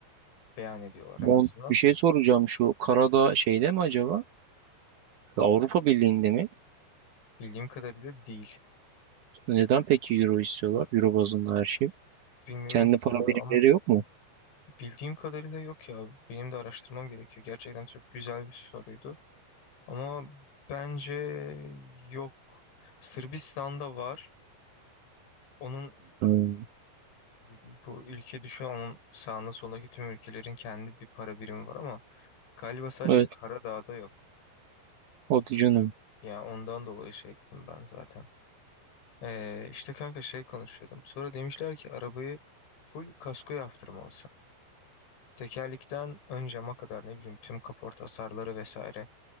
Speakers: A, on the left (about 90°); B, on the right (about 65°).
A: beyan ediyorlar
B: Mont
A: en azından.
B: bir şey soracağım şu Karadağ şeyde mi acaba? Avrupa Birliği'nde mi?
A: Bildiğim kadarıyla değil.
B: Neden peki euro istiyorlar? Euro bazında her şey.
A: Bilmiyorum
B: Kendi
A: ki
B: para
A: valla
B: birimleri
A: ama
B: yok mu?
A: bildiğim kadarıyla yok ya. Benim de araştırmam gerekiyor. Gerçekten çok güzel bir soruydu. Ama bence yok. Sırbistan'da var. Onun
B: Hmm.
A: bu ülke düşün onun sağında solundaki tüm ülkelerin kendi bir para birimi var ama galiba sadece
B: Evet.
A: Karadağ'da yok.
B: Hadi canım.
A: Ya ondan dolayı şey ettim ben zaten. Ee, işte kanka şey konuşuyordum. Sonra demişler ki arabayı full kasko yaptırmalısın. Tekerlikten ön cama kadar ne bileyim tüm kaporta hasarları vesaire.